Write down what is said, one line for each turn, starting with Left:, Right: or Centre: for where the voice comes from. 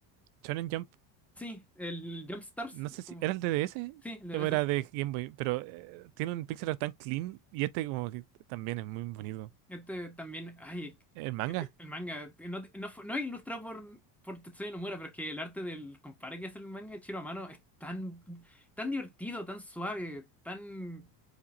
Right: Shonen Jump.
Centre: sí, el Jump Stars,
Right: No sé si
Centre: como,
Right: era el de DS
Centre: sí, el de
Right: o
Centre: ese.
Right: era de Game Boy, pero eh, tiene un pixel art tan clean y este como que también es muy bonito.
Centre: Este también, ay,
Right: El manga
Centre: eh, el manga, eh, no, no, fue- no es ilustrado por, por Tetsuya Nomura, pero es que el arte del compadre que hace el manga de Chiro a mano es tan, tan divertido, tan suave, tan,